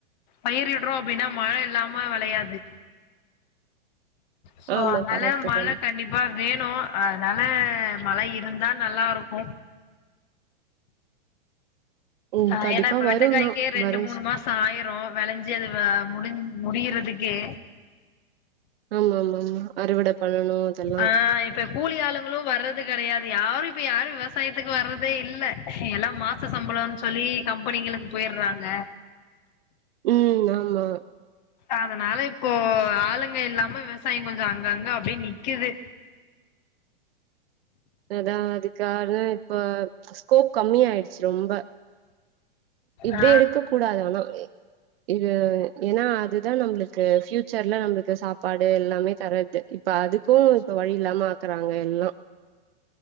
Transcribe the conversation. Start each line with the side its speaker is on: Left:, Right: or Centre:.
Left: பயிரடுறோம் அப்டின்னா மழை இல்லாம வெளையாது சோ
Right: ஆமா
Left: அதனால
Right: கரெக்ட்டுதா
Left: மழ கண்டிப்பா வேணு அதனால மழை இருந்தா நல்லா இருக்கு
Right: ம்
Left: ஆ
Right: கண்டிப்பா
Left: ஏனா இப்ப வெண்டக்காய்க்கே
Right: வருந்தா
Left: ரெண்டு
Right: வருந்
Left: மூணு மாச ஆயிரு வெளைஞ்சி அது ஆ முடி முடியறதுக்கே
Right: ஆமா ஆமா ஆமா அறுவட பண்ணணு அதெல்லா
Left: ஆ இப்ப கூலி ஆளுங்களு வர்ற து கெடையாது யாரு இப்ப யாரு விவசாயத்துக்கு வர்றதே இல்ல எல்லா மாச சம்பளன்னு சொல்லி கம்பெனிகளுக்கு போயர்றாங்க
Right: ம் ஆ மா
Left: அதனால இப்போ ஆளுங்க இல்லாம விவசாய கொஞ்ச அங்கங்க அப்டியே நிக்குது
Right: அதா அதுக்காக இப்ப ஸ்கோப் கம்மியாயிடுச்சு ரொம்ப இப்டியே
Left: ஆ
Right: இருக்க கூடாது ஆனா இது ஏனா அதுதா நம்புளுக்கு ஃபியூச்சர்ல நம்ப்ளுக்கு சாப்பாடு எல்லாமே தர து இப்ப அதுக்கு இப்ப வழி இல்லாம ஆக்குறாங்க எல்லா